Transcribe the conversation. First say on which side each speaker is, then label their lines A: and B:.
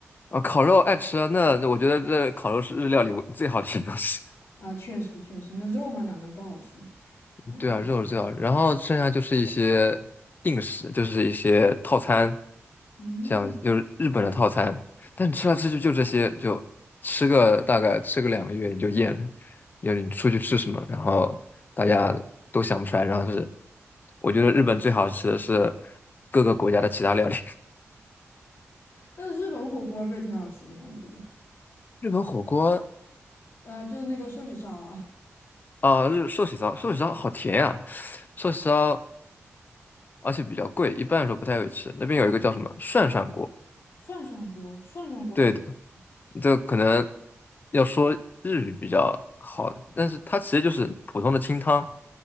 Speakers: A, on the left; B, on the left.
A: 啊，烤肉爱吃啊，那我觉得这烤肉是日料里我最好吃的东西。<laughs>
B: <laughs> 啊，确实确实，那肉嘛哪能不好吃呢？嗯
A: 对啊，肉是最好然后剩下就是一些定食，就是一些套餐，
B: 嗯，
A: 像就是日本的套餐，但你吃来吃去就这些，就吃个大概吃个两个月你就厌了。就是你出去吃什么，然后大家都想不出来，然后是我觉得日本最好吃的是各个国家的其他料理，
B: 那日本火锅儿不也挺好吃的吗？我觉得，
A: <laughs> 日本火锅。
B: 呃，就是那个寿喜烧啊，
A: 啊，日寿喜烧，寿喜烧好甜呀、寿喜烧而且比较贵，一般来说不太会吃。那边有一个叫什么涮涮锅，
B: 涮涮锅，涮涮锅是什么锅？
A: 对的，这可能要说日语比较好，但是它其实就是普通的清汤，